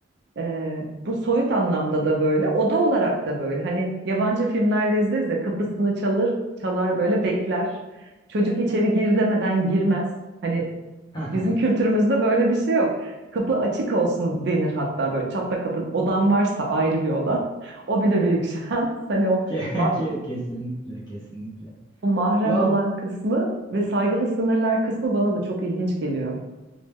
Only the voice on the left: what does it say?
<laughs>
Ke-
ke- Kesinlikle, kesinlikle.
Ya